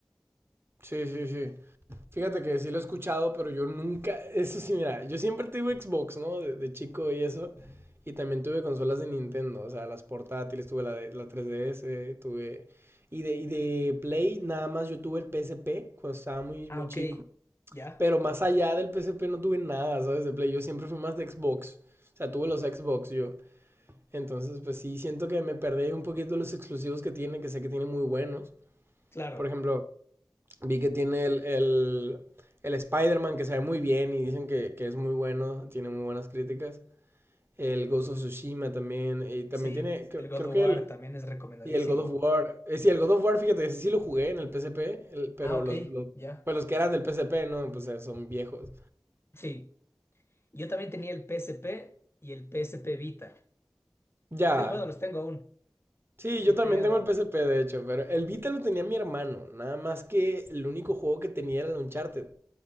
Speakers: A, on the right (about 30°); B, on the left (about 30°).
A: Sí, sí, sí. Fíjate que sí lo he escuchado, pero yo nunca, <laughs> eso sí, mira, yo siempre tuve Xbox, ¿no? De, de chico y eso. Y también tuve consolas de Nintendo, o sea, las portátiles, tuve la, de, la 3DS, tuve... Y de, y de Play, nada más yo tuve el PSP cuando estaba muy,
B: Ah,
A: muy
B: ok,
A: chico.
B: ya,
A: Pero más allá del PSP no tuve nada, ¿sabes? De Play, yo siempre fui más de Xbox. O sea, tuve los Xbox yo. Entonces, pues sí, siento que me perdí un poquito los exclusivos que tiene, que sé que tiene muy buenos.
B: claro,
A: Por ejemplo, vi que tiene el, el, el Spider-Man, que se ve muy bien y dicen que, que es muy bueno, tiene muy buenas críticas. El Ghost of Tsushima también, y también
B: sí,
A: tiene, cre-
B: el God
A: creo,
B: of
A: que
B: War
A: el,
B: también es recomendadísimo.
A: y el God of War. Eh, sí, el God of War, fíjate, ese sí lo jugué en el PSP, el- pero
B: Ah,
A: los,
B: ok,
A: los,
B: ya,
A: pues los que eran del PSP, no, pues eh, son viejos.
B: sí. Yo también tenía el PSP y el PSP Vita.
A: Ya,
B: Ten- bueno, los tengo aún.
A: Sí,
B: Sí,
A: yo también
B: pero ya
A: tengo
B: no.
A: el P S P de hecho, pero el Vita lo tenía mi hermano, nada más que el único juego que tenía era el Uncharted.